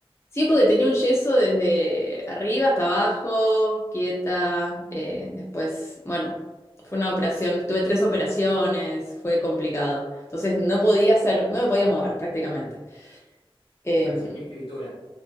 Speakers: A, on the left; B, on the left.
A: sí, porque tenía un yeso desde arriba hasta abajo, quieta. eh, después, bueno, fue una operación, tuve tres operaciones, fue complicado. Entonces no podía hacer, no me podía mover prácticamente. Eh,
B: Así que escritura.